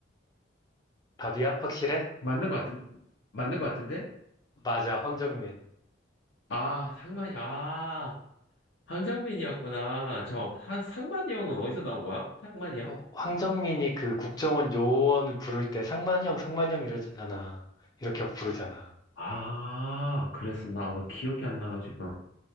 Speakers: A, on the left; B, on the left.
A: 답이야? 확실해?
B: 맞는 것 같은, 맞는 것 같은데?
A: 맞아, 황정민.
B: 아, 상만이, 아, 황정민이었구나. 저, 하- 상만이 형은 어디서 나온 거야? 상만이 형?
A: 어, 황정민이 그 국정원 요원을 부를 때 상만형, 상만형 이러잖아. 이렇게 부르잖아.
B: 아, 그랬었나? 아, 나 기억이 안 나가지고.